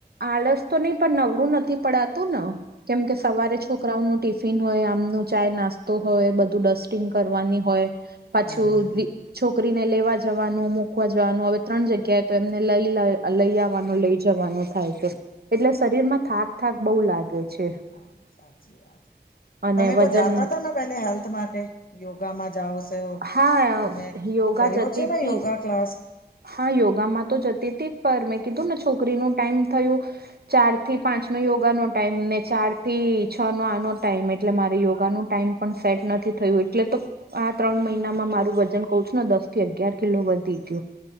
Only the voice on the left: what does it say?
હમ હમ
હા સાચી વાત.
તમે તો
જાતા હતા ને પેલે હેલ્થ માટે યોગામાં જાઓ છો.
તમે કર્યો
છે ને
યોગા ક્લાસ.